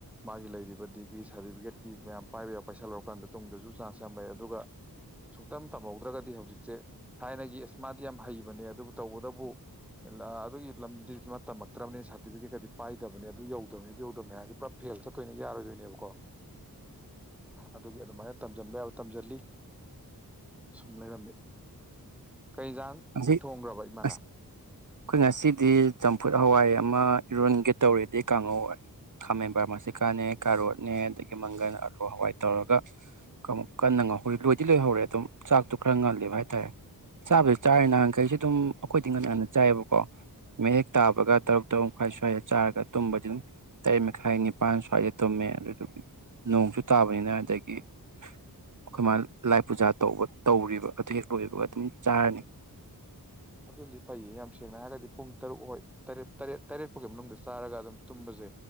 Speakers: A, in the centre; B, on the right.
A: ꯃꯥꯒꯤ ꯂꯩꯔꯤꯕ ꯗꯤꯒ꯭ꯔꯤ ꯁꯥꯔꯇꯤꯐꯤꯀꯦꯠꯀꯤ ꯃꯌꯥꯝ ꯄꯥꯏꯕ ꯌꯥꯕ ꯄꯩꯁꯥ ꯂꯧꯔꯀꯥꯟꯗ ꯇꯨꯡꯗꯁꯨ ꯆꯥꯟꯁ ꯌꯥꯝ ꯂꯩ ꯑꯗꯨꯒ ꯁꯨꯡꯇꯝ ꯇꯝꯍꯧꯗ꯭ꯔꯒꯗꯤ ꯍꯧꯖꯤꯛꯁꯦ ꯊꯥꯏꯅꯒꯤ ꯑꯦꯁ ꯃꯥꯗꯤ ꯌꯥꯝ ꯍꯩꯕꯅꯦ ꯑꯗꯨꯕꯨ ꯇꯧꯒꯨꯗꯕꯨ ꯑ ꯑꯗꯨꯒꯤ ꯂꯝꯗꯤ ꯃꯥ ꯇꯝꯃꯛꯇ꯭ꯔꯕꯅꯤ ꯁꯥꯔꯇꯤꯐꯤꯀꯦꯠꯀꯗꯤ ꯄꯥꯏꯗꯕꯅꯦ ꯑꯗꯨ ꯌꯧꯗꯕꯅꯤ ꯑꯗꯨ ꯌꯧꯗꯕꯅꯤ ꯍꯥꯏꯗꯤ ꯄꯨꯔꯥ ꯐꯦꯜ ꯆꯠꯇꯣꯏꯅ ꯌꯥꯔꯣꯏꯗꯣꯏꯅꯦꯕꯀꯣ ꯑꯗꯨꯒꯤ ꯑꯗꯨꯃꯥꯏꯅ ꯇꯝꯁꯤꯟꯕ ꯌꯥꯕ ꯇꯝꯁꯤꯜꯂꯤ ꯁꯨꯝ ꯂꯩꯔꯝꯃꯦ ꯀꯩꯖꯥꯡ
B: ꯉꯁꯤ
A: ꯊꯣꯡꯈ꯭ꯔꯕ ꯏꯃꯥꯅ
B: ꯑꯁ ꯑꯩꯈꯣꯏ ꯉꯁꯤꯗꯤ ꯆꯝꯐꯨꯠ ꯍꯋꯥꯏ ꯑꯃ ꯏꯔꯣꯟꯒꯦ ꯇꯧꯔꯤꯗꯤ ꯀꯥꯡꯍꯧ ꯈꯥꯃꯦꯟꯕ ꯃꯁꯤꯀꯥꯅꯦ ꯀꯥꯔꯣꯠꯅꯦ ꯑꯗꯒꯤ ꯃꯪꯒꯟ ꯑꯥꯂꯨ ꯍꯋꯥꯏ ꯇꯧꯔꯒ ꯀꯡ ꯀꯟꯅ ꯉꯍꯧꯔꯤ ꯂꯣꯏꯗꯤ ꯂꯣꯏꯍꯧꯔꯦ ꯑꯗꯨꯝ ꯆꯥꯛꯇꯣ ꯈꯔ ꯉꯜꯂꯤꯕ ꯍꯥꯏꯇꯥꯔꯦ ꯆꯥꯕꯨꯗꯤ ꯆꯥꯔ ꯅꯍꯥꯟꯈꯩꯁꯨ ꯑꯗꯨꯝ ꯑꯩꯈꯣꯏꯗꯤ ꯉꯟꯅ ꯉꯟꯅ ꯆꯥꯏꯑꯦꯕꯀꯣ ꯃꯦ ꯍꯦꯛ ꯇꯥꯕꯒ ꯇꯔꯨꯛ ꯇꯔꯨꯛ ꯃꯈꯥꯏ ꯁ꯭ꯋꯥꯏꯗ ꯆꯥꯔꯒ ꯇꯨꯝꯕꯗꯤ ꯑꯗꯨꯝ ꯇꯔꯦꯠ ꯃꯈꯥꯏ ꯅꯤꯄꯥꯟ ꯁ꯭ꯋꯥꯏꯗ ꯇꯨꯝꯃꯦ ꯑꯗꯨꯗꯨꯒꯤ ꯅꯣꯡꯁꯨ ꯇꯥꯕꯅꯤꯅ ꯑꯗꯒꯤ ꯑꯩꯈꯣꯏ ꯃꯥ ꯂꯥꯏ ꯄꯨꯖꯥ ꯇꯧꯕ ꯇꯧꯔꯤꯕ ꯑꯗꯨ ꯍꯦꯛ ꯂꯣꯏꯕꯒ ꯑꯗꯨꯝ ꯆꯥꯔꯅꯤ
A: ꯑꯗꯨꯗꯤ ꯐꯩꯌꯦ ꯌꯥꯝ ꯁꯦꯡꯅ ꯍꯥꯏꯔꯒꯗꯤ ꯄꯨꯡ ꯇꯔꯨꯛ ꯍꯣꯏ ꯇꯔꯦꯠ ꯇꯔꯦꯠ ꯇꯔꯦꯠ ꯐꯥꯎꯒꯤ ꯃꯅꯨꯡꯗ ꯆꯥꯔꯒ ꯑꯗꯨꯝ ꯇꯨꯝꯕꯁꯦ